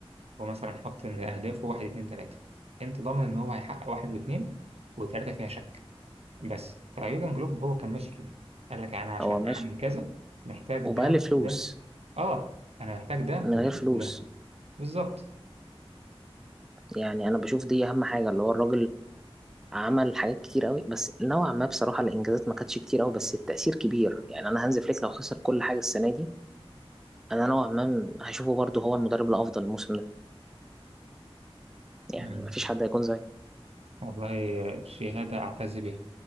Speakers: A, on the right; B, in the centre.
A: هو مثلا حاطط ان اهدافه واحد اتنين تلاتة انت ضامن ان هو هيحقق واحد واتنين وتلاتة فيها شك بس فيورجن كلوب هو كان ماشي كده قال لك انا عشان
B: هو ماشي
A: اعمل كذا محتاج
B: وبقى
A: ده
B: فلوس
A: ده اه انا محتاج ده
B: من
A: وده
B: غير فلوس
A: وده بالظبط
B: يعني انا بشوف دي اهم حاجه اللي هو الراجل عمل حاجات كتير قوي بس نوعا ما بصراحه الانجازات ما كانتش كتير قوي بس التاثير كبير يعني انا هانز فليك لو خسر كل حاجه السنه دي انا نوعا ما م- هشوفه برضه هو المدرب الافضل الموسم ده يعني
A: يعني
B: ما فيش حد هيكون زي
A: والله شهادة أعتز بيها